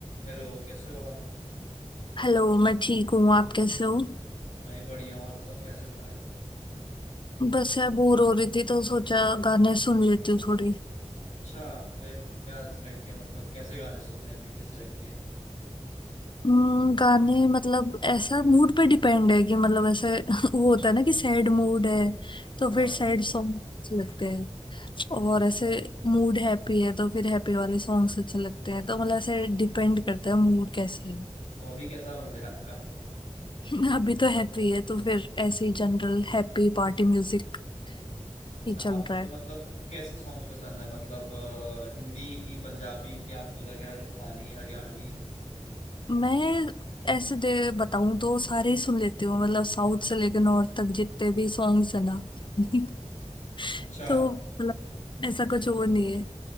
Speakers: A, on the left; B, on the left.
A: Hello कैसे हो आप
B: Hello मैं ठीक हूँ आप कैसे हो
A: मैं ही बढ़िया हूँ और बताओ क्या चल रहा है
B: बस यार बोर हो रही थी तो सोचा गाने सुन लेती हूँ थोड़े
A: अच्छा फिर क्या डिसाइड किया मतलब कैसे गाने सुनने हैं अभी किस टाइप के
B: हम्म, गाने मतलब ऐसा मूड पे डिपेंड है कि मतलब ऐसे <laughs> वो होता है ना कि सैड मूड है तो
A: हाँ
B: फिर सैड सॉन्ग्स लगते हैं और ऐसे मूड हैप्पी है तो फिर हैप्पी वाले सॉन्ग्स अच्छे लगते हैं तो मतलब ऐसे डिपेंड करता है मूड कैसे
A: तो अभी कैसा मूड है आपका
B: है <laughs> अभी तो हैप्पी है तो फिर ऐसे ही जनरल हैप्पी पार्टी म्यूजिक
A: अच्छा
B: ही चल
A: आपको
B: रहा है
A: मतलब कैसे सॉन्ग्स पसंद है मतलब अ, हिंदी की पंजाबी की आपको लग रहा है राजस्थानी हरियाणवी
B: मैं ऐसे दे बताऊं तो सारे ही सुन लेती हूँ मतलब साउथ से लेकर नॉर्थ तक जितने भी सॉन्ग्स है ना <laughs>
A: अच्छा
B: तो मतलब ऐसा कुछ वो नहीं है